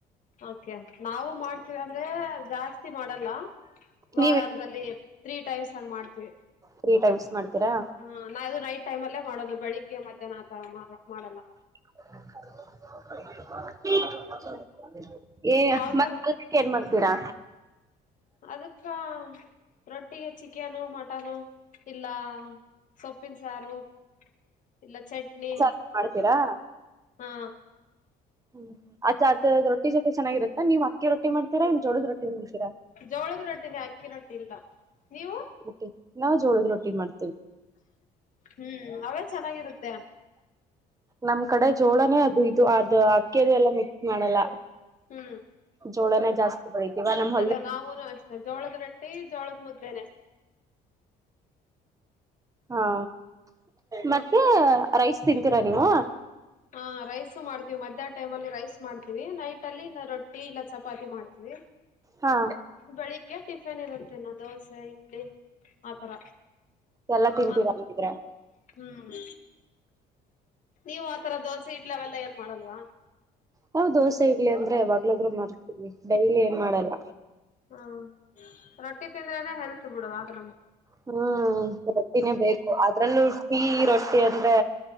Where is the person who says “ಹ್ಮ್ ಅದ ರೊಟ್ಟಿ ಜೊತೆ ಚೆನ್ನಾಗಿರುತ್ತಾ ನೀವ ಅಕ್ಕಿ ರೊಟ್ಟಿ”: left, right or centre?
Right